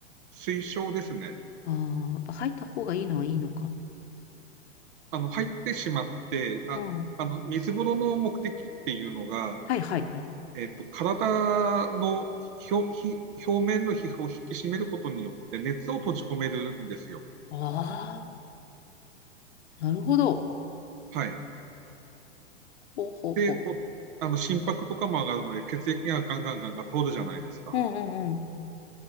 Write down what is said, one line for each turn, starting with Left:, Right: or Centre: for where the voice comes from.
Right: 推奨ですね。
Left: ああー、やっぱ入った方がいいのはいいのか。
Right: あの、入ってしまって、あ、
Left: うん。
Right: あの、水風呂の目的っていうのが、
Left: はいはいはい。
Right: えっと、体の表表面の皮膚を引き締めることによって熱を閉じ込めるんですよ。
Left: ああ、なるほど。
Right: はい。
Left: ほうほうほう。
Right: で、こう、あの心拍とかも上がるので血液がガンガンガンガン通るじゃないですか。
Left: うんうんうん。